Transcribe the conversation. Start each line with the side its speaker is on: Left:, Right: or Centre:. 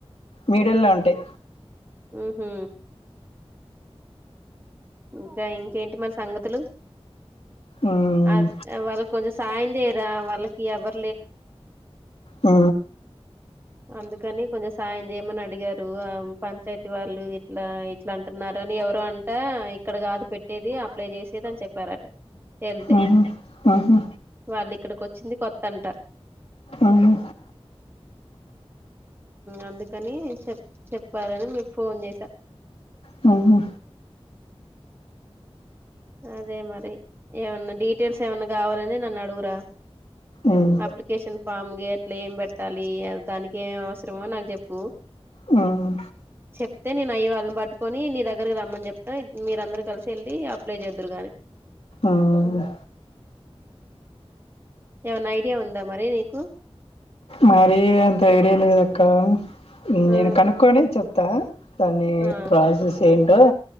Left: మీడిల్ లో ఉంటాయి
Right: ఆహ ఇంకా ఇంకేంటి మరి సంగతులు
Left: ఉమ్
Right: అది వాళ్ళ కొంచెం సాయం చేయరా వాళ్లకి ఎవర్
Left: ఉ
Right: అందుకని కొంచెం సాయం చేయమని అడిగారు పంచాయతీ వాళ్ళు ఇట్లా ఇట్లా అంటున్నారు అని ఎవరు అ అట్ట ఇక్కడ కాదు పెట్టేది అప్లై చేసేది అని చెప్పారట వెళ్తే
Left: ఆహా ఆహా
Right: వాళ్ళు ఇక్కడికి వచ్చింది కొత్తంట
Left: అవునా
Right: అందుకని చెప్ చెప్పాలని మీకు ఫోన్ చేసా
Left: ఉ
Right: అదే మరి ఏమన్నా డీటెయిల్స్ ఏమన్నా కావాలని నన్ను అడుగురా
Left: ఉమ్
Right: అప్లికేషన్ ఫామ్ అట్లా ఏమి పెట్టాలి దానికి ఏమ అవసరమో నాకు చెప్పు
Left: ఉమ్
Right: చెప్తే నేను అయ్యి వాళ్ళని పట్టుకొని నీ దగ్గరకి రమ్మని చెప్తాను మీరందరం కలిసి వెళ్ళి అప్లై చేదురు కానీ
Left: ఉమ్
Right: ఏమనా ఐడియా ఉందా మరి నీకు
Left: మరి అంత ఐడియా లేదు అక్క
Right: ఆ
Left: నేను కనుక్కొనే చెప్తా దనే
Right: ఆ
Left: ప్రాసెస్ ఏం డ్